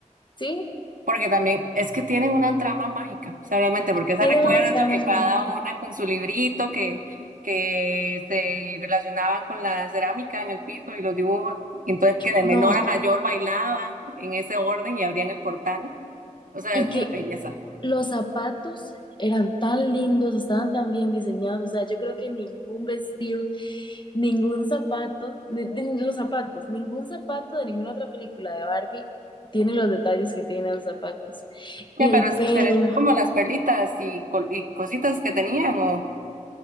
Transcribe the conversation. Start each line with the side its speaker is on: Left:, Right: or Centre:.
Left: Sí,
Right: Porque también es que tienen una trama mágica, o sea, realmente, porque esa
Left: tiene
Right: recuerdo
Left: una trama
Right: que
Left: muy
Right: cada
Left: mágica.
Right: una con su librito, que, que se relacionaban con la cerámica en el piso y los dibujos, y entonces que de
Left: No,
Right: menor a mayor bailaban en ese orden y abrían el portal, o sea,
Left: y
Right: es
Left: que
Right: una belleza.
Left: Los zapatos eran tan lindos, estaban tan bien diseñados. O sea, yo creo que ningún vestido, ningún zapato, ni- ni- los zapatos, ningún zapato de ninguna otra película de Barbie tiene los detalles que tienen los zapatos. Y
Right: Ya, pero
Left: el pelo,
Right: se refiere como a las perlitas y, col- y cositas que tenían o